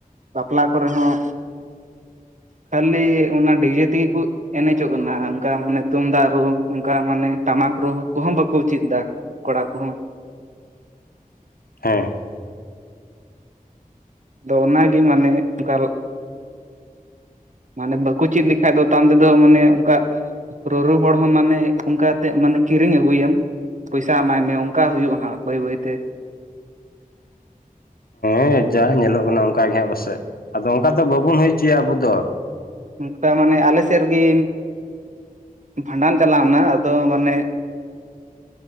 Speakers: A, on the right; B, on the left.
A: ᱵᱟᱯᱞᱟ ᱠᱚᱨᱮ ᱦᱚᱸ ᱠᱷᱟᱹᱞᱤ ᱚᱱᱟ ᱰᱤᱡᱮ ᱛᱮᱜᱮ ᱠᱚ ᱮᱱᱮᱡᱚᱜ ᱠᱟᱱᱟ ᱚᱱᱠᱟ ᱢᱟᱱᱮ ᱛᱩᱢᱫᱟᱜ ᱨᱩ ᱚᱱᱠᱟ ᱢᱟᱱᱮ ᱴᱟᱢᱟᱠ ᱨᱩ ᱠᱚᱦᱚᱸ ᱵᱟᱠᱚ ᱪᱮᱫ ᱮᱫᱟ ᱠᱚᱲᱟ ᱠᱚᱦᱚᱸ
B: ᱦᱮᱸ
A: ᱟᱫᱚ ᱚᱱᱟᱜᱮ ᱢᱟᱱᱮ ᱚᱱᱠᱟ ᱢᱟᱱᱮ ᱵᱟᱠᱚ ᱪᱮᱫ ᱞᱮᱠᱷᱟᱡ ᱫᱚ ᱛᱟᱭᱚᱢᱟᱢ ᱛᱮᱫᱚ ᱢᱟᱱᱮ ᱚᱱᱠᱟ ᱨᱩ ᱨᱩ ᱦᱚᱲ ᱦᱚᱸ ᱢᱟᱱᱮ ᱚᱱᱠᱟᱛᱮ ᱢᱟᱱᱮ ᱠᱤᱨᱤᱧ ᱟᱹᱜᱩ ᱟᱢ ᱯᱚᱭᱥᱟ ᱮᱢᱟᱭ ᱢᱮ ᱚᱱᱠᱟ ᱦᱩᱭᱩᱜᱼᱟ ᱦᱟᱜ ᱵᱟᱹᱭ ᱵᱟᱹᱭᱛᱮ
B: ᱦᱮᱸ ᱡᱟ ᱧᱮᱞᱚᱜ ᱠᱟᱱᱟ ᱚᱱᱠᱟ ᱜᱮᱦᱟᱸᱜ ᱯᱟᱥᱮᱡ ᱟᱫᱚ ᱚᱱᱠᱟ ᱫᱚ ᱵᱟᱵᱚᱱ ᱦᱩᱭ ᱦᱚᱪᱚᱭᱟ ᱟᱵᱚ ᱫᱚ
A: ᱚᱱᱠᱟ ᱢᱟᱱᱮ ᱟᱞᱮ ᱥᱮᱫ ᱨᱮᱜᱮ ᱵᱷᱟᱸᱰᱟᱱ ᱪᱟᱞᱟᱣᱱᱟ ᱟᱫᱚ ᱢᱟᱱᱮ